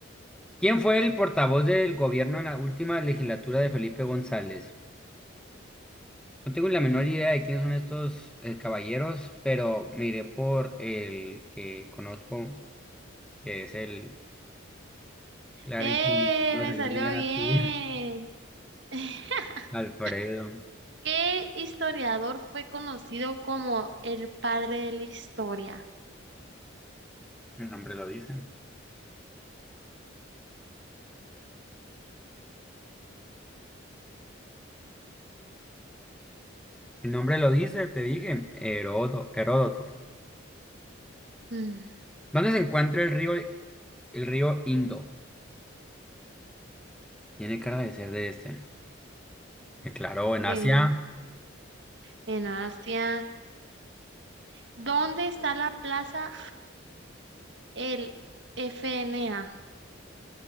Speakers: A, in the centre; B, on the right.
A: ¿Quién fue el portavoz del gobierno en la última legislatura de Felipe González? No tengo la menor idea de quiénes son estos eh, caballeros, pero me iré por el que conozco que es el clarísimo
B: ¡Eh!
A: que te va
B: Me
A: a salir
B: salió
A: bien
B: bien.
A: a ti.
B: <laughs>
A: <laughs> Alfredo,
B: ¿Qué historiador fue conocido como el padre de la historia?
A: el nombre lo dice. El nombre lo dice, te dije, Herodo, Heródoto.
B: Mm,
A: ¿Dónde se encuentra el río, el río Indo? Tiene cara de ser de este. Eh, Claro, en
B: sí,
A: Asia.
B: en Asia. ¿Dónde está la plaza el FNA,